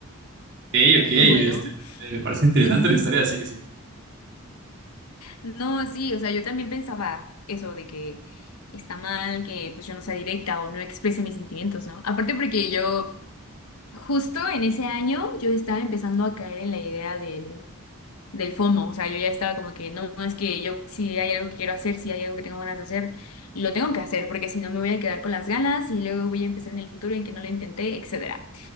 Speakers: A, on the right (about 55°); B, on the left (about 85°).
A: Ok, ok, este,
B: bueno,
A: me parece interesante
B: es...
A: la historia, así que sí.
B: No, sí, o sea, yo también pensaba eso de que está mal que pues yo no sea directa o no exprese mis sentimientos, ¿no? Aparte porque yo justo en ese año yo estaba empezando a caer en la idea del, del FOMO, o sea, yo ya estaba como que no, es que yo si hay algo que quiero hacer, si hay algo que tengo ganas de hacer, lo tengo que hacer porque si no me voy a quedar con las ganas y luego voy a empezar en el futuro en que no lo intenté, etcétera.